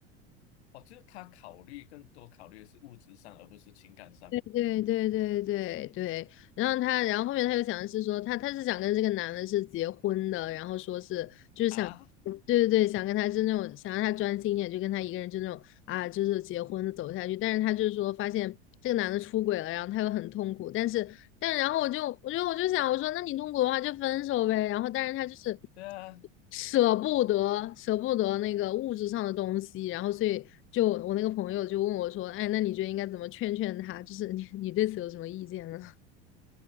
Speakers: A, on the left; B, on the left.
A: 哦，就是他考虑更多考虑的是物质上，而不是情感上的
B: 对对对对对，对。然后他，然后后面他又想的是说，他他是想跟这个男的是结婚的，然后说是就是想，
A: 啊。
B: 对对对，想跟他是那种想让他专心一点，就跟他一个人就那种啊，就是结婚的走下去。但是他就是说发现这个男的出轨了，然后他又很痛苦，但是但然后我就我就我就想，我说那你痛苦的话就分手呗。然后但是他就是
A: 对啊，
B: 舍不得舍不得那个物质上的东西，然后所以就我那个朋友就问我说，哎，那你觉得应该怎么劝劝他？就是你你对此有什么意见呢？<laughs>